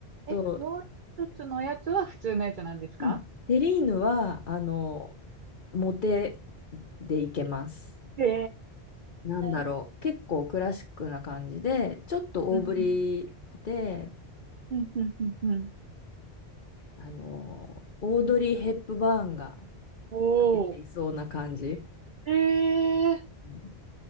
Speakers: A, on the right (about 55°); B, on the left (about 50°).
A: ー、
B: そう、
A: え、もう一つのやつは普通のやつなんですか
B: うん、セリーヌは、あの、モテでいけます。
A: へえ
B: なんだろう、
A: ー。
B: 結構クラシックな感じで、ちょっと大ぶりで、
A: うん、うん、うん、うん、うんうん。
B: あの、オードリー・ヘップバーンが、
A: おー。
B: 出ていそうな感じ。
A: えー
B: うん